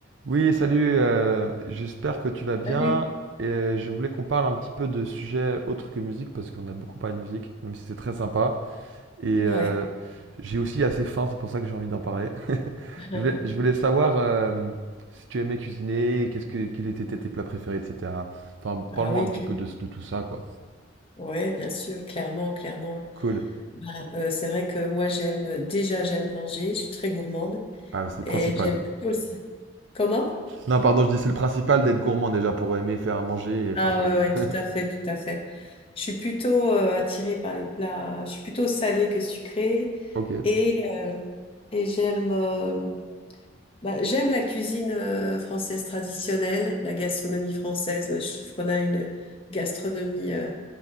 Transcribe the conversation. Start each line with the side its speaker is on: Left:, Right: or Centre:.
Right: Oui, salut, euh, j'espère que tu vas bien.
Left: Salut.
Right: Et je voulais qu'on parle un petit peu de sujets autres que musique, parce qu'on a beaucoup parlé de musique, même si c'est très sympa. Et
Left: Ouais.
Right: euh, j'ai aussi assez faim, c'est pour ça que j'ai envie d'en parler. <laughs>
Left: <laughs>
Right: Je voulais, je voulais savoir euh, si tu aimais cuisiner, qu'est-ce que, quels étaient tes plats préférés, etc. Enfin,
Left: Ah
Right: parle-moi
Left: oui,
Right: un petit
Left: cl-
Right: peu de, de tout ça, quoi.
Left: ouais, bien sûr, clairement, clairement.
Right: Cool.
Left: Bah, euh, c'est vrai que moi j'aime déjà j'aime manger, je suis très gourmande
Right: Ah, c'est le principal.
Left: et j'aime plutôt le... Comment?
Right: Non, pardon, je dis c'est le principal d'être gourmand déjà pour aimer faire à manger et enfin.
Left: Ah
Right: faire
Left: ouais, ouais, tout
Right: la-
Left: à fait, tout à fait. Je suis plutôt euh, attirée par les plats, je suis plutôt salée que sucrée
Right: Ok.
Left: et, euh, et j'aime euh, bah, j'aime la cuisine euh, française traditionnelle, la gastronomie française. Je trouve qu'on a une gastronomie euh,